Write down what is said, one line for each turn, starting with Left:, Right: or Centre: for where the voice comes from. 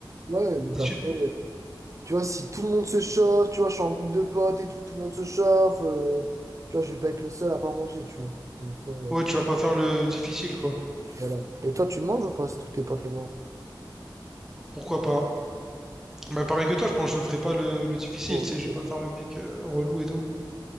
Right: ouais, donc
Centre: Des
Right: après,
Centre: yeux de-
Right: tu vois, si tout le monde se chauffe, tu vois, je suis en groupe de potes et tout, tout le monde se chauffe, euh, tu vois, je vais pas être le seul à pas manger, tu vois. Donc, euh,
Centre: Ouais,
Right: je-
Centre: tu vas pas faire le difficile, quoi.
Right: voilà. Et toi, tu le manges ou pas si tous tes potes le mangent?
Centre: Pourquoi pas? Bah, pareil que toi, je pense que je ferai pas le, le difficile,
Right: Oh.
Centre: tu sais, je vais pas faire le mec euh, relou et tout.